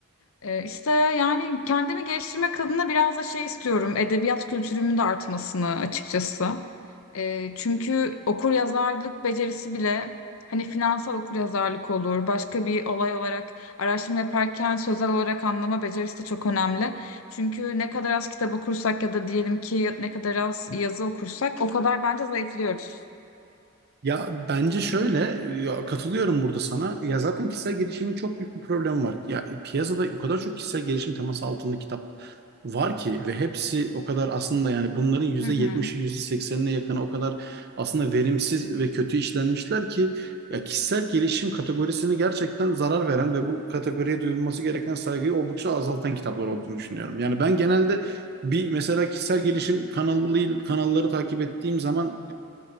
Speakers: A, on the left; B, on the right.
A: Ee, işte yani kendimi geliştirmek adına biraz da şey istiyorum. Edebiyat kültürümün de artmasını açıkçası. Ee, çünkü okuryazarlık becerisi bile hani finansal okuryazarlık olur. Başka bir olay olarak araştırma yaparken sözel olarak anlama becerisi de çok önemli. Çünkü ne kadar az kitap okursak ya da diyelim ki ne kadar az yazı okursak o kadar bence zayıflıyoruz.
B: Ya bence şöyle ya katılıyorum burada sana. Ya zaten kişisel gelişimin çok büyük bir problemi var. Ya piyasada o kadar çok kişisel gelişim teması altında kitap var ki ve hepsi o kadar aslında yani bunların yüzde
A: Hı hı.
B: yetmişi yüzde seksenine yakını o kadar aslında verimsiz ve kötü işlenmişler ki ya kişisel gelişim kategorisini gerçekten zarar veren ve bu kategoriye duyulması gereken saygıyı oldukça azaltan kitaplar olduğunu düşünüyorum. Yani ben genelde bir mesela kişisel gelişim kanalı kanalları takip ettiğim zaman